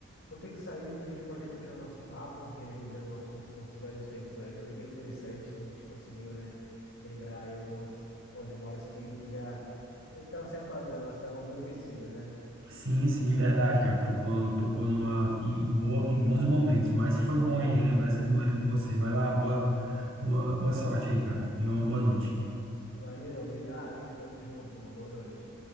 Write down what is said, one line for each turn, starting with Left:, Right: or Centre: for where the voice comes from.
Left: vou ter que sair, depois a gente pode continuar nosso papo, relembrando nossos, nossos velhos tempos aí. Foi bem interessante, a gente conseguiu, né, lembrar aí algumas, algumas memórias que, que já, nem que estavam se apagando, elas estavam adormecidas, né?
Right: Sim, sim, verdade, cara. Tocou, tocou numa, em, em boa, em bons momentos, mas foi bom aí relembrar esses momentos com você. Vai lá, boa, boa, boa sorte aí, cara, e uma boa noite.
Left: Valeu, obrigado, hein? Tamo junto, uma boa noite.